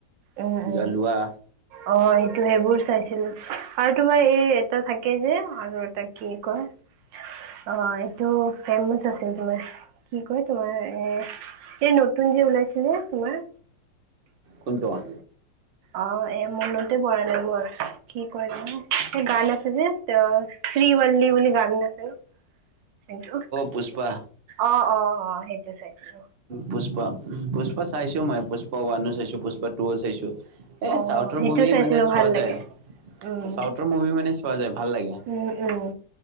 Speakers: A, on the right; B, on the right.
A: উম উম
B: জলোৱা
A: অ' সেইটো সেইবোৰ চাইছিলো, আৰু তোমাৰ এই এটা থা কে যে আৰু এটা কি কয় অ এইটো ফেমাচ আছিল তোমাৰ কি কয় তোমাৰ এ এই নতুন যে ওলাইছিলে তোমাৰ
B: কোনটোৱা
A: অ' এ মনতে পৰা নাই মোৰ কি কৰে গান আছে যে তেওঁ শ্ৰীৱল্লী বুলি গান আছে হেইটো।
B: পুষ্পা।
A: অ', অ', অ' সেইটো চাইছো।
B: পুষ্পা পুষ্পা চাইছো মই, পুষ্পা ওৱানো চাইছোঁ পুষ্পা টুও চাইছোঁ। এই
A: অ
B: ছাউথৰ
A: সেইটো
B: মুভি
A: চাইছিলো
B: মানে চোৱা
A: ভাল
B: যায়।
A: লাগে উম
B: ছিউথৰ মুভি মানে চোৱা যায় ভাল লাগে।
A: উম উম